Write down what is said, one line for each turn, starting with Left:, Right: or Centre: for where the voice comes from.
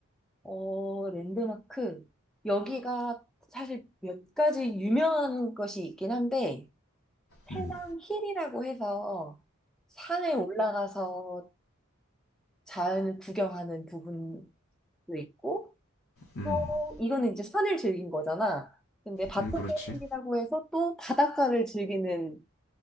Centre: 어, 랜드마크. 여기가 사실 몇 가지 유명한 것이 있긴 한데, 태낭
Left: 음,
Centre: 힐이라고 해서 산에 올라가서 자연을 구경하는 부분도 있고,
Left: 음,
Centre: 또 이거는 이제 산을 즐긴 거잖아. 근데 바토
Left: 음, 그렇지.
Centre: 게임이라고 해서 또 바닷가를 즐기는